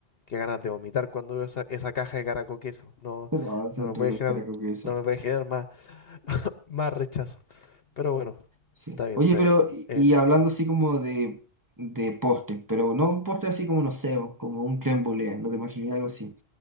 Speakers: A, on the left (about 55°); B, on the right (about 20°).
A: Qué ganas de vomitar cuando veo esa, esa caja de caraco queso. No,
B: Pero, ah, son
A: no me
B: ricos,
A: puede generar,
B: pero con queso.
A: no me puede generar más, <laughs> más rechazo. Pero bueno,
B: Sí.
A: está bien,
B: Oye,
A: está
B: pero,
A: bien.
B: y
A: Eh,
B: y hablando así como de, de postres, pero no un postre así como, no sé, o como un crème brûlée, no te imaginé algo así,